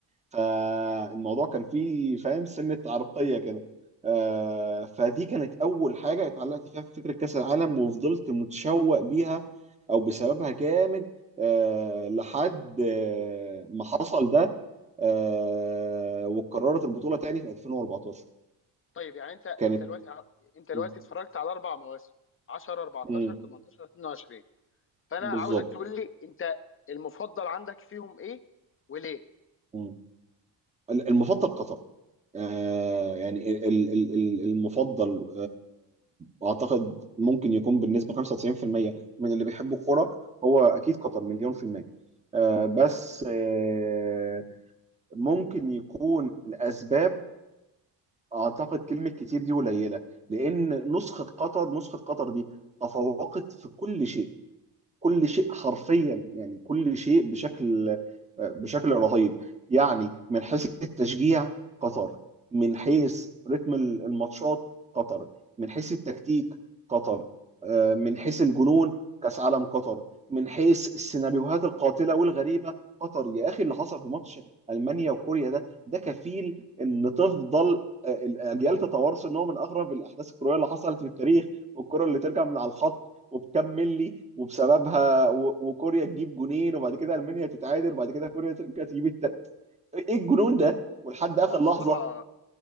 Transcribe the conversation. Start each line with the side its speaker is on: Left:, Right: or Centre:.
Right: فالموضوع كان فيه فاهم سنه عرقيه كده آه، فدي كانت اول حاجه اتعلقت فيها في فكره كاس العالم وفضلت متشوق بيها او بسببها جامد آه، لحد آه، ما حصل ده آه، وقررت البطوله تاني في 2014
Left: طيب يعني انت انت
Right: كانت
Left: دلوقتي ع- انت دلوقتي
Right: مم.
Left: اتفرجت على اربع مواسم 10 14
Right: مم.
Left: 18 22 فانا
Right: بالظبط
Left: عاوزك تقول لي انت المفضل عندك فيهم ايه وليه
Right: مم. المفضل قطر آه يعني ال- ال- ال- المفضل آه اعتقد ممكن يكون بالنسبه 95% من اللي بيحبوا الكوره هو اكيد قطر مليون في الميه آه بس آه ممكن يكون الاسباب اعتقد كلمه كتير دي قليله لان نسخه قطر نسخه قطر دي تفوقت في كل شيء كل شيء حرفيا يعني كل شيء بشكل بشكل رهيب يعني من حيث التشجيع قطر من حيث رتم الماتشات قطر من حيث التكتيك قطر آه، من حيث الجنون كأس عالم قطر من حيث السيناريوهات القاتلة والغريبة قطر يا أخي اللي حصل في ماتش ألمانيا وكوريا ده ده كفيل إن تفضل آه، الأجيال تتوارث إن هو من أغرب الأحداث الكروية اللي حصلت في التاريخ والكرة اللي ترجع من على الخط وبكام ملي وبسببها و... وكوريا تجيب جونين وبعد كده المانيا تتعادل وبعد كده كوريا ترجع تجيب التالت ايه الجنون ده ولحد اخر
Left: لا بصراحه
Right: لحظه